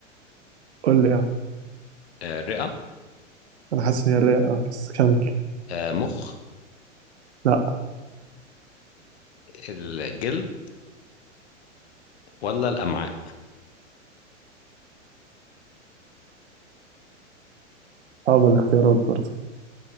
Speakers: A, on the right; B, on the left.
A: قول لي اه
B: آه، الرئة
A: انا حاسس ان هي الرئه اه بس كمل
B: آه، مخ
A: لا
B: الجلد ولا الامعاء
A: صعبه الاختيارات برضه